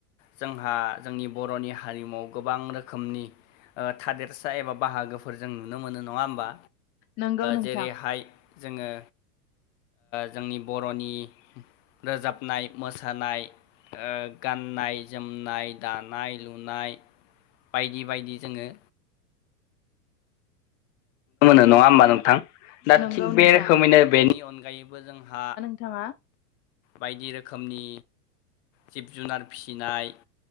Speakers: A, on the left; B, on the left.
A: जोंहा जोंनि बर'नि हारिमुआव गोबां रोखोमनि थादेरसा एबा बाहागोफोर जों नुनो मोनो नङा होमबा
B: नंगौ नोंथां
A: जेरैहाय जोङो जोंनि बर'नि रोजाबनाय मोसानाय गाननाय-जोमनाय, दानाय-लुनाय बायदि बायदि जोङो। मोनो नङा होमबा नोंथां दा
B: नंगौ
A: थिग
B: नोंथां
A: बे रोखोमैनो बेनि अनगायैबो जोंहा
B: बिथांङा
A: बायदि रोखोमनि। जिब-जुनार फिसिनाय